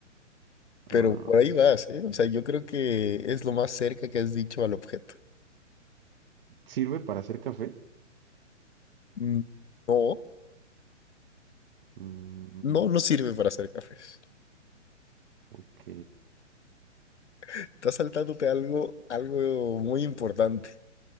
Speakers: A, on the left (about 65°); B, on the right (about 45°).
A: Pero
B: Am,
A: por ahí vas, ¿eh? O sea, yo creo que es lo más cerca que has dicho al objeto.
B: ¿sirve para hacer café?
A: Mm, No.
B: Mm,
A: No, no sirve para hacer cafés.
B: ok.
A: Estás saltándote algo, algo muy importante.